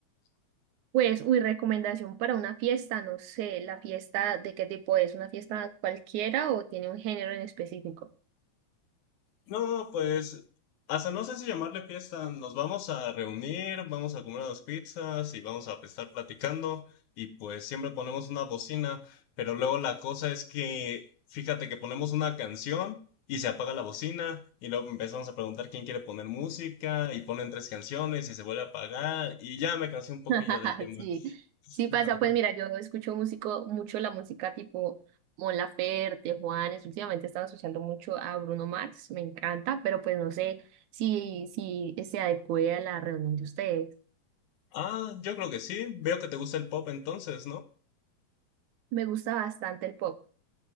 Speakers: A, on the right; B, on the left.
A: Pues, uy, recomendación para una fiesta, no sé, la fiesta de qué tipo es, ¿una fiesta cualquiera o tiene un género en específico?
B: No, no, no, pues hasta no sé si llamarle fiesta. Nos vamos a reunir, vamos a comer unas pizzas y vamos a estar platicando y pues siempre ponemos una bocina, pero luego la cosa es que fíjate que ponemos una canción y se apaga la bocina y luego empezamos a preguntar quién quiere poner música y ponen tres canciones y se vuelve a apagar y ya me cansé un poquillo
A: <laughs>
B: del tema.
A: Sí, sí pasa,
B: <laughs>
A: pues mira, yo escucho músico, mucho la música tipo Mon Laferte, Juanes, últimamente estaba asociando mucho a Bruno Mars, me encanta, pero pues no sé si, si se adecue a la reunión de ustedes.
B: Ah, yo creo que sí. Veo que te gusta el pop entonces, ¿no?
A: Me gusta bastante el pop.